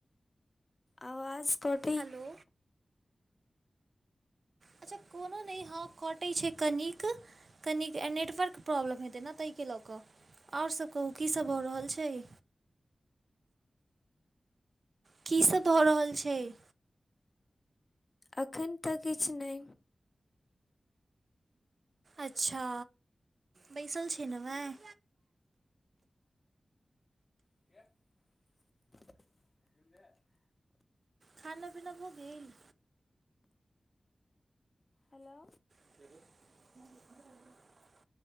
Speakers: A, on the left; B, on the right.
A: आवाज कट
B: हैेलो। अच्छा कोनो नय हँ कटै छैय कनिक, कनिक नेटवर्क प्रॉब्लम हेतै न तय के लऽ कऽ और सभ कहू की सब भऽ रहल छैय। की सब भऽ रहल छैय।
A: अखैन त किछ नै।
B: अच्छा बैसल छेलौं एँ।
A: <inaudible>
B: खाना पीना भ गेल।
A: हेलो।
B: <inaudible>